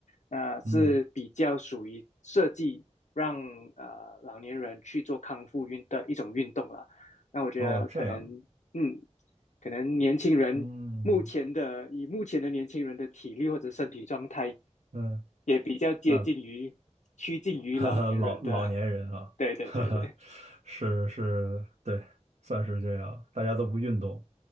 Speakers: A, on the left; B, on the right.
A: 呃，是比较属于设计让呃老年人去做康复运的一种运动了。
B: 嗯
A: 那我觉得可能嗯，
B: 哦这样
A: 可能年轻人目前的，
B: 嗯
A: 以目前的年轻人的体力或者身体状态，
B: 嗯
A: 也比较接近于趋近于老年人的。
B: 那 <laughs> 哈哈，老老年人啊，
A: <laughs> 对对对对，
B: <laughs> 哈哈，是是，对，算是这样，大家都不运动，